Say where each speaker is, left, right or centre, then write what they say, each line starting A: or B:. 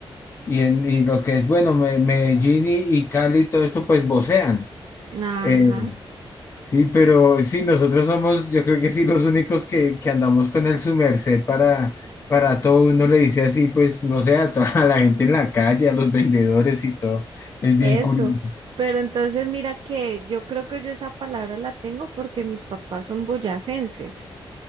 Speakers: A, on the left; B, on the right.
A: y, en, y lo que es, bueno, Me- Medellín y, y Cali, y todo esto, pues vocean.
B: Ajá,
A: Eh, Sí, pero sí, nosotros somos, yo creo que sí, los únicos que, que andamos con el su merced para, para todo. Uno le dice así, pues, no sé, a toda <laughs> la gente en la calle, a los vendedores y todo. Es
B: eso.
A: bien curioso.
B: Pero entonces mira que yo creo que yo esa palabra la tengo porque mis papás son boyacenses.